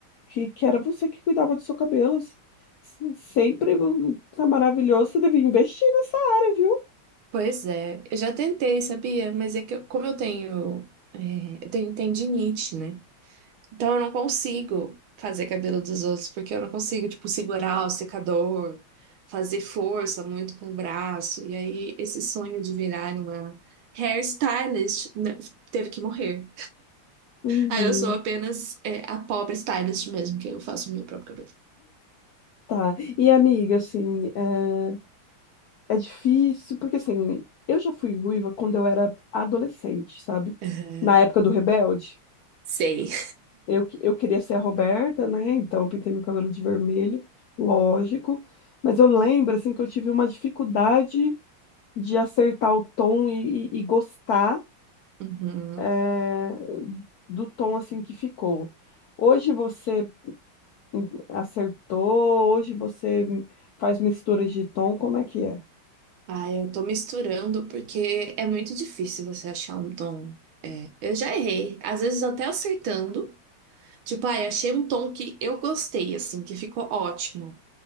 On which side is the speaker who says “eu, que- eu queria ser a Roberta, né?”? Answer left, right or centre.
Left